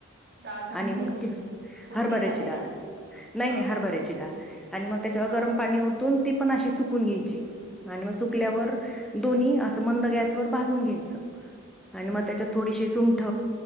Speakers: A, on the right (about 50°); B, in the centre.
A: डाळ कोणती
B: आणि मग
A: घ्यायची?
B: ती
A: कोणतीही
B: हरभऱ्याची
A: चालते
B: डाळ,
A: का?
B: नाही!
A: हां,
B: नाही!
A: हां,
B: हरभऱ्याची
A: हां.
B: डाळ आणि मग त्याच्यावर
A: हां,
B: गरम
A: हां.
B: पाणी ओतून म ती पण अशी सुकून घ्यायची आणि सुकल्यावर
A: हं, हं.
B: दोन्ही असं मंद गॅसवर भाजून घ्यायचं, आणि
A: हं,
B: म
A: हं,
B: त्याचा
A: हं.
B: थोडीशी सुंठ